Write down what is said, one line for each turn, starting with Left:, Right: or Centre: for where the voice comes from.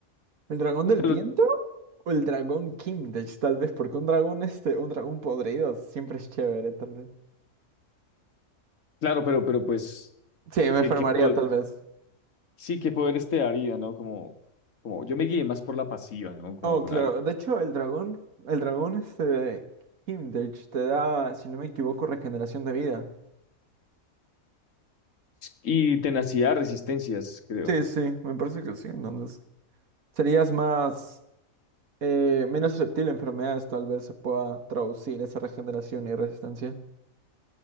Right: ¿El dragón
Left: Creo
Right: del viento?
Left: lo-
Right: O el dragón Kimdich, tal vez, porque un dragón, este, un dragón podrido siempre es chévere, tal vez.
Left: Claro, pero, pero pues,
Right: Sí, me
Left: ¿qué,
Right: enfermaría,
Left: qué po-
Right: tal vez.
Left: sí, qué poderes te daría, ¿no? Como, como, yo me guié más por la pasiva, ¿no? Como
Right: Oh,
Left: para...
Right: claro. De hecho, el dragón, el dragón, este, Kimdich te da, si no me equivoco, regeneración de vida.
Left: Y tenacidad, resistencias, creo.
Right: Sí, sí, me parece que sí, entonces. Serías más, eh, menos susceptible a enfermedades, tal vez se pueda traducir esa regeneración y resistencia.